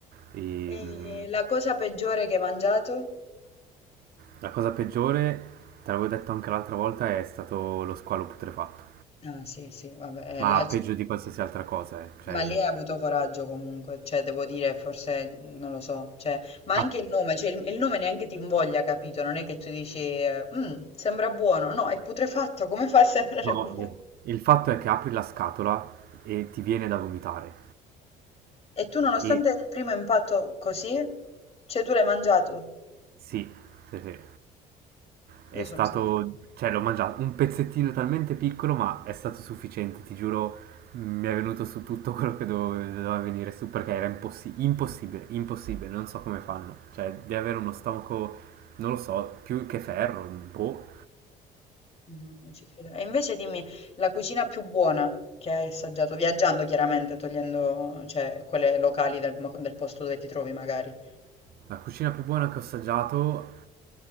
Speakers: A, on the right; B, on the left.
A: E,
B: E
A: mm,
B: la cosa peggiore che hai mangiato?
A: la cosa peggiore, te l'avevo detto anche l'altra volta, è stato lo squalo putrefatto,
B: Ah sì, sì, vabbè,
A: ma
B: eh, là c-
A: peggio di qualsiasi altra cosa, eh. Cioè,
B: ma lì hai avuto coraggio comunque, cioè devo dire, forse mhmm, non lo so, cioè, ma anche
A: ah,
B: il nome, cioè il, il nome neanche ti invoglia, capito? Non è che tu dici, eh, "Mm, sembra buono, no, è putrefatto, come fa a sembrare
A: no,
B: buono?
A: eh, il fatto è che apri la scatola e ti viene da vomitare.
B: E tu nonostante
A: E
B: il primo impatto così, cioè tu l'hai mangiato?
A: sì, sì, sì. È
B: Io
A: stato,
B: sono stata...
A: cioè l'ho mangiato un pezzettino talmente piccolo, ma è stato sufficiente, ti giuro, mi è venuto su tutto quello che dove- doveva venire su perché era impossi- impossibile, impossibile, non so come fanno. Cioè, di avere uno stomaco, non lo so, più che ferro, boh.
B: No, non ci credo. E invece dimmi, la cucina più buona che hai assaggiato, viaggiando chiaramente, togliendo, cioè, quelle locali del, mo- del posto dove ti trovi magari.
A: La cucina più buona che ho assaggiato